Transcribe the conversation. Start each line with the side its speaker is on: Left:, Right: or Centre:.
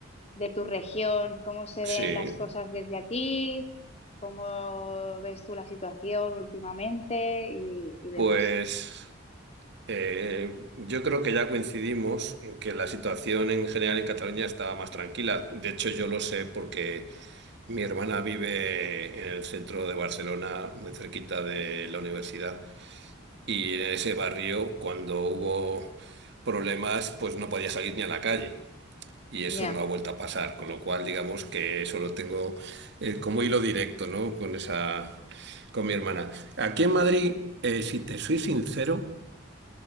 Left: de tu región, cómo se
Right: sí.
Left: ven las cosas desde aquí, cómo ves tú la situación últimamente y, y demás.
Right: Pues eh, yo creo que ya coincidimos en que la situación en general en Cataluña estaba más tranquila. De hecho, yo lo sé porque mi hermana vive en el centro de Barcelona, muy cerquita de la universidad. Y en ese barrio, cuando hubo problemas, pues no podía salir ni a la calle. Y eso
Left: Ya,
Right: no ha vuelto a pasar, con lo cual digamos que eso lo tengo eh, como hilo directo, ¿no? Con esa, con mi hermana. Aquí en Madrid, eh, si te soy sincero,